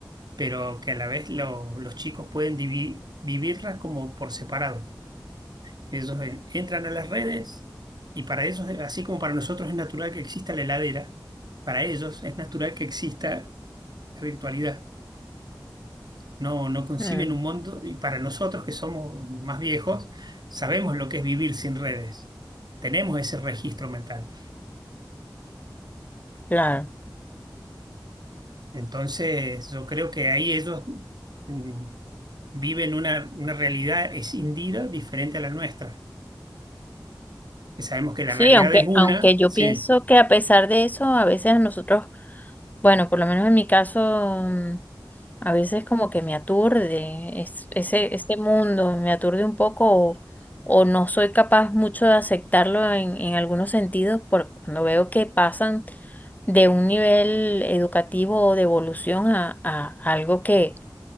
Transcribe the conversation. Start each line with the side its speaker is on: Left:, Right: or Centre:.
Right: pero que a la vez lo- los chicos pueden divi- vivirla como por separado. Ellos en- entran a las redes y para ellos, así como para nosotros es natural que exista la heladera, para ellos es natural que exista la virtualidad no, no conciben
Left: Mm,
Right: un mundo, y para nosotros que somos más viejos, sabemos lo que es vivir sin redes, tenemos ese registro mental.
Left: claro.
Right: Entonces, yo creo que ahí ellos mm, viven una, una realidad escindida diferente a la nuestra, que sabemos que la
Left: Sí,
Right: realidad
Left: aunque,
Right: es una,
Left: aunque yo
Right: sí,
Left: pienso que a pesar de eso, a veces nosotros, bueno, por lo menos en mi caso, mm, a veces como que me aturde es- ese, ese mundo, me aturde un poco o, o no soy capaz mucho de aceptarlo en, en algunos sentidos por cuando veo que pasan de un nivel educativo o de evolución a, a algo que